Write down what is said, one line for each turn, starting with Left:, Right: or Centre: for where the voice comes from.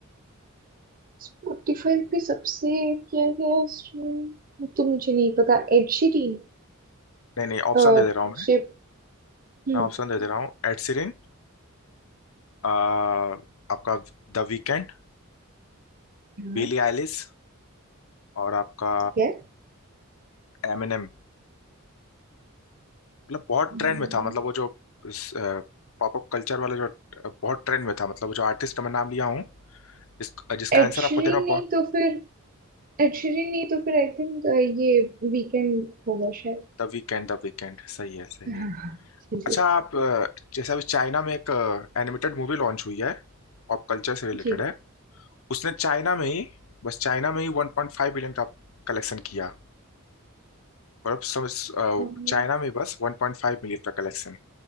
Right: स्पॉटिफाई पे सबसे क्या है स्ट्रीम तो मुझे नहीं पता Ed Sheeran
Left: नहीं नहीं ऑप्शन
Right: अह
Left: दे दे रहा हूँ मैं
Right: शिप हम्म
Left: मैं ऑप्शन दे दे रहा हूँ एड सीरिन आपका द वीकेंड
Right: हाँ
Left: बिली आइलिस और आपका
Right: ठीक है
Left: एमिनेम मतलब बहुत
Right: हम्म,
Left: ट्रेंड में था मतलब वो जो पॉपअप कल्चर वाला जो अ, बहुत ट्रेंड में था मतलब वो जो आर्टिस्ट का मैं नाम लिया हूँ जिस, जिसका
Right: एड
Left: आंसर
Right: शीरन
Left: आपको देना
Right: नहीं तो फिर एड शीरन नहीं तो फिर आई थिंक ये वीकेंड होगा शायद
Left: द वीकेंड द वीकेंड सही है सही है
Right: हाँ हाँ चलिए
Left: अच्छा आप अ, जैसे अभी चाइना में एक एनिमेटेड मूवी लॉन्च हुई है पॉप कल्चर से रिलेटेड
Right: जी
Left: है उसने चाइना में ही बस चाइना में ही 1.5 बिलियन का कलेक्शन किया और अब समझ अ,
Right: अम्म,
Left: चाइना में बस 1.5 मिलियन का कलेक्शन